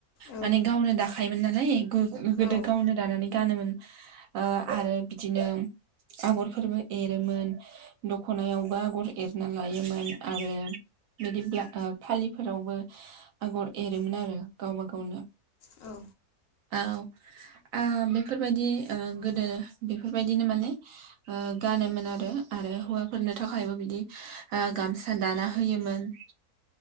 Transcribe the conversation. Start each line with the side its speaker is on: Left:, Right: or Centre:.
Left: औ
Right: माने गावनो दाखायोमोन नालाय गोदो
Left: औ
Right: गावनो दानानै गानोमोन। ओ आरो बिदिनो आगरफोरबो एरोमोन। दखनायावबो आगर एरना लायोमोन आरो बिदिब्ला ओ फालिफोरावबो आगर एरोमोन आरो गावबा गावनो
Left: औ
Right: औ आ बेफोरबायदि ओ गोदो बेफोरबायदिनो माने ओ गानोमोन आरो आरो हौवाफोरनो थाखायबो बिदि इ गामसा दाना होयोमोन।